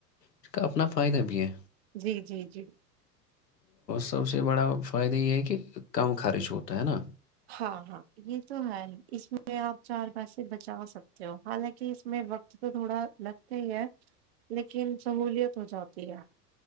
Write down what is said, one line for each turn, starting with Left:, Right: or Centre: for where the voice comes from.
Left: اس کا اپنا فائدہ بھی ہے
Right: جی جی جی
Left: سب سے بڑا فائدہ یہ ہے کہ کم خرچ ہوتا ہے نا
Right: ہاں ہاں یہ تو ہے اس میں آپ چار پیسے بچا سکتے ہو حالانکہ اس میں وقت تو تھوڑا لگتے ہیں لیکن سملیت ہو جاتی ہے